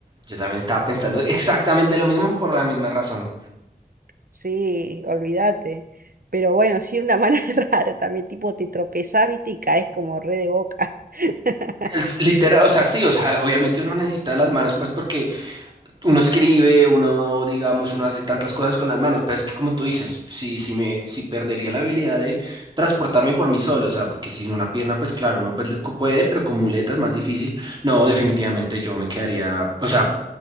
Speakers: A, on the right (about 30°); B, on the right (about 65°).
A: yo también estaba pensando exactamente lo mismo por la misma razón.
B: Sí, olvídate. Pero bueno, sí, una mano <laughs> rara también, tipo te tropezás, viste, y caes como re de boca. <laughs>
A: Es literal, o sea, sí, o sea, obviamente uno necesita las manos, pues porque uno escribe, uno, digamos, uno hace tantas cosas con las manos, pero es que como tú dices, si, si me, si perdería la habilidad de transportarme por mí solo, o sea, porque sin una pierna, pues claro, uno pues, puede, pero con muletas es más difícil. No, definitivamente yo me quedaría, o sea,